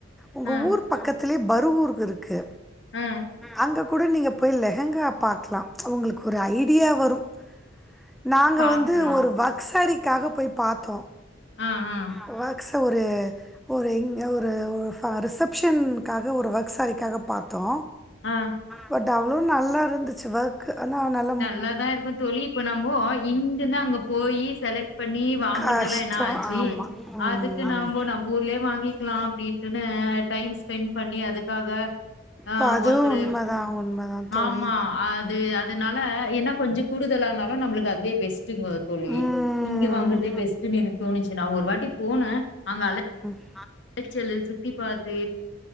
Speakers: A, in the centre; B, on the left.
A: உங்க
B: அ,
A: ஊர் பக்கத்துலேயே பருவூருக்கு இருக்கு
B: ம்
A: அங்க கூட நீங்க போய் லெஹங்கா பாக்கலா உங்களுக்கு ஒரு ஐடியா வரும் நாங்க
B: பாக்குறேன்.
A: வந்து ஒரு வர்க் சாரிக்காக போய் பாத்தோ
B: அ, அ,
A: ம் வக்ச ஒரு ஒரு இங்க ஒரு ஃப ரிசப்ஷன்க்காக ஒரு ஒர்க் சாரிக்காக பாத்தோ
B: ஆ
A: பட் அவ்ளோ நல்லா இருந்துச்சு வர் க்கு ஆனா நல்
B: நல்லாதா இருக்கு தோழி இப்ப நம்போ இங்கிருந்து அங்க போய் செலக்ட் வாங்குறதெல்லா
A: கஷ்டம்
B: ஏனா ச்சு
A: ஆமா ம்
B: அதுக்கு நம்போ நம்ப ஊர்லயே வாங்கிக்கலா அப்டின்ட்டுனு டைம் ஸ்பென்ட் பண்ணி அதுக்காக ஆ
A: இப்போ அதுவும்
B: ஒர்த்தரு
A: உண்மைதான் உண்மைதான் தோழி
B: ஆமா அது அது அதனால என்னா கொஞ்சோ கூடுதலானாலு நம்மளுக்கு அதுவே பெஸ்டுங்க தோழி
A: ம்
B: இங்க வாங்கற்தே பெஸ்டுனு எனக்கு தோணுச்சு நா ஒரு வாட்டி போனே அங்க அழ
A: ஆ
B: அலைச்சலு சுத்தி பாத்து